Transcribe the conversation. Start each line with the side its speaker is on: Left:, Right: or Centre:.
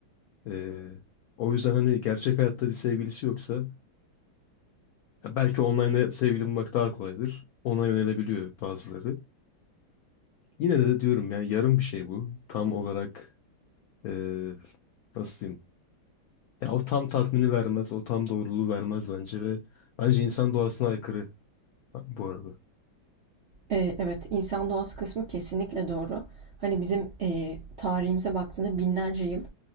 Left: Ee, o yüzden hani gerçek hayatta bir sevgilisi yoksa ya belki online'da sevgili bulmak daha kolaydır. Ona yönelebiliyor bazıları. Yine de diyorum yani yarım bir şey bu. Tam olarak ee, nasıl diyeyim? Ya o tam tatmini vermez, o tam doğruluğu vermez bence ve bence insan doğasına aykırı bu arada.
Right: E, evet, insan doğası kısmı kesinlikle doğru. Hani bizim e, tarihimize baktığında binlerce yıl